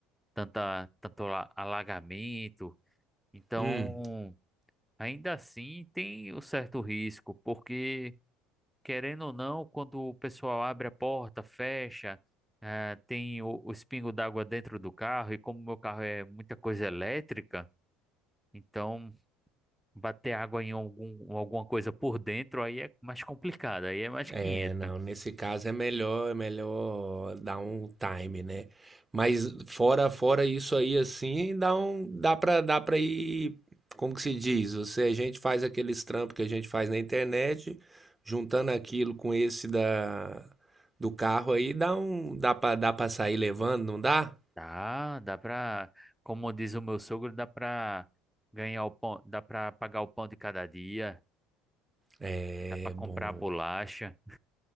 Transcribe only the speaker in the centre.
tanta, tanto ala- alagamento. Então.
Ainda assim, tem o certo risco, porque, querendo ou não, quando o pessoal abre a porta, fecha, eh, tem o, o espingo d'água dentro do carro, e como meu carro é muita coisa elétrica, então bater água em algum, alguma coisa por dentro aí é mais complicado, aí é mais
500.
Dá, dá pra, como diz o meu sogro, dá pra ganhar o pão, dá pra pagar o pão de cada dia,
dá pra comprar
a bolacha.